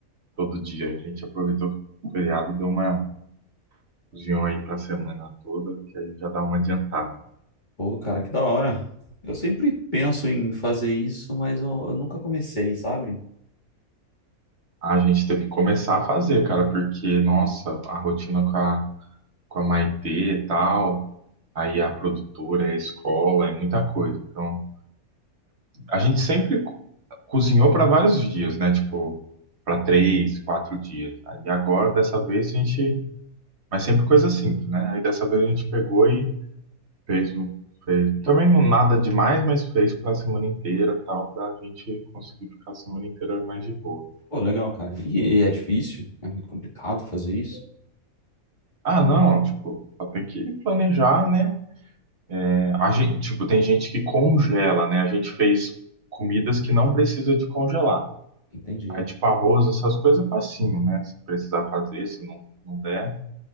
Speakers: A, on the right (about 50°); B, on the left (about 30°).
A: todo dia. A gente aproveitou o feriado, deu uma cozinhão aí pra semana toda, que aí já dá uma adiantada.
B: Pô, cara, que da hora. Eu sempre penso em fazer isso, mas eu, eu nunca comecei, sabe?
A: A gente teve que começar a fazer, cara, porque, nossa, a rotina com a, com a Maitê e tal, aí a produtora, a escola, é muita coisa. Então. A gente sempre co- cozinhou para vários dias, né? Tipo, para três, quatro dias. Aí agora, dessa vez, a gente. Mas sempre coisa simples, né? Aí dessa vez a gente pegou e fez um. Fez... Também não nada demais, mas fez para a semana inteira, tal, para a gente conseguir ficar a semana inteira mais de boa.
B: Pô, legal, cara. E, e é difícil? É muito complicado fazer isso?
A: Ah, não, tipo, só tem que planejar, né? É, A gente, tipo, tem gente que congela, né? A gente fez comidas que não precisa de congelar.
B: Entendi.
A: Aí, tipo, arroz, essas coisas é facinho, né? Se precisar fazer, se não, não der.